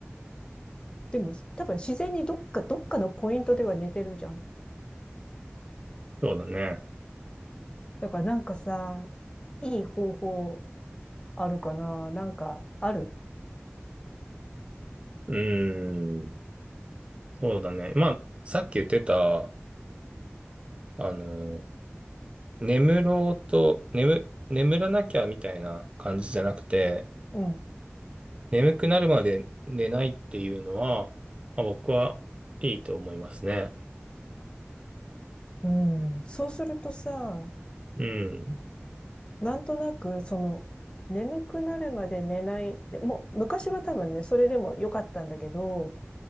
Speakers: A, on the left; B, on the right.
A: でも、多分自然にどっか、どっかのポイントでは寝てるじゃん。
B: そうだね。
A: だからなんかさ、いい方法あるかななんか、ある
B: うーん、そうだね。まあ、さっき言ってた、あの、眠ろうと、眠、眠らなきゃみたいな感じじゃなくて、
A: うん。
B: 眠くなるまで寝ないっていうのは、まあ、僕はいいと思いますね。
A: うん。そうするとさ、
B: うん、
A: なんとなく、その、眠くなるまで寝ない。でもう、昔は多分ね、それでも良かったんだけど、